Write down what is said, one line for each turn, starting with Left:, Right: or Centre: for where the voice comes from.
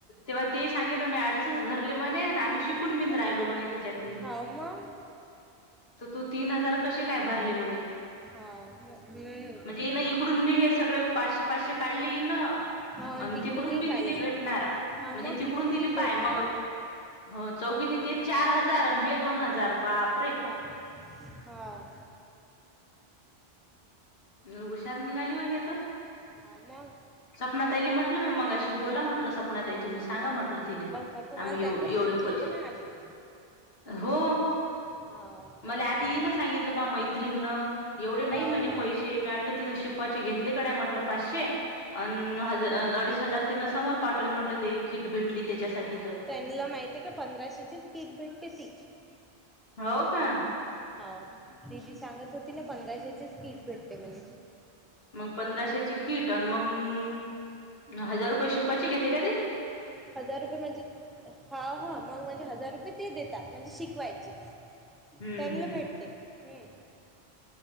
Left: तेव्हा तेही सांगे ना मी अडीच तुभरले म्हणे आम्ही शिकून
Centre: हो
Left: ब
Centre: ना
Left: राहिलो म्हणे त्याच्यातनी.
Centre: हो मग
Left: तर तू तीन हजार कसे काय भरले म्हणे!
Centre: हो हम्म
Left: म्हणजे ना इकडून बी हे सगळे पाचशे पाचशे काढले इन.
Centre: हा
Left: आणि
Centre: तिकडूनही
Left: तिकडून बी
Centre: काढले
Left: तिला भेटणार
Centre: हा
Left: म्हणजे
Centre: मग
Left: तिकडून तिले
Centre: तिला भेटणार
Left: पाय मग.
Centre: आहे ना.
Left: हो चौघ चे ते चार हजार आणि हे दोन हजार बाप रे!
Centre: हव ना हो!
Left: न हुशार निघाली हो हे तर.
Centre: हा मग
Left: सपनातईली म्हटलं मी मंगाशी बोला म्हटलं सपना तई तुम्ही सांगा म्हटलं तिले.
Centre: तर तुम्हाला
Left: आम्ही
Centre: त्यांना
Left: एव
Centre: सांगितलं
Left: एवढे पैसे
Centre: होतं ना आधी.
Left: हो!
Centre: हाव हम्म
Left: मला आधीही ना सांगितलं म मैत्रीणन एवढे
Centre: हाव
Left: नाही म्हणे
Centre: हाव
Left: पैसे. ते मॅडला तीन शिक. वायचे घेत म्हट पाचशे अन् अडीच हजार त समो पाठवले म्हटलं ते किट भेटली त्याच्यासाठी त.
Centre: त्यांना माहिती आहे का पंधराशेचीच की ट भेटते ती. <inaudible>
Left: हो का
Centre: हा दिदी सांगत होती ना पंधराशेचीच किट भेटते म्हणे.
Left: मग पंधराशेची किट आणि मग हजार रुपये शिकवायचे घेते का ते‌.
Centre: हजार रुपये म्हणजे? हा हा मग म्हणजे हजार रुपये ते देतात म्हणजे शिकवायचे.
Left: हं,
Centre: त्यांना
Left: हं.
Centre: भेटते हम!